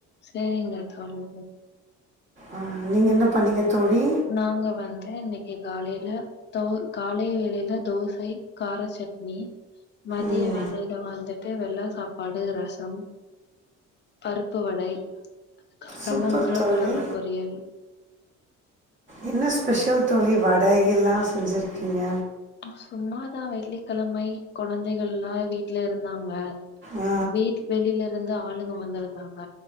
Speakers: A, on the left; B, on the right.
A: சரிங்க தோழி
B: ஆஹ் நீங்க என்ன பண்ணீங்க தோழி
A: நாங்க வந்து இன்னைக்கு காலைல தோ காலை வேளைையில தோசை கார சட்னி மதிய
B: ம்
A: வேலை இன்னைக்கு வந்துட்டு வெள்ள சாப்பாடு ரசம் பருப்பு வடை அப்புறமா
B: சூப்பர்
A: உருளக்கிழங்கு
B: தோழி
A: பொறியல்
B: என்ன ஸ்பெஷல் தோழி வடை எல்லா செஞ்சிருக்கீங்க
A: சும்மாதா வெள்ளிக்கிழமை குழந்தைகள் எலா வீட்ல இருந்தாங்க
B: ஆ,
A: வீட்டுக்கு வெளியில இருந்து ஆளுங்க வந்திருந்தாங்க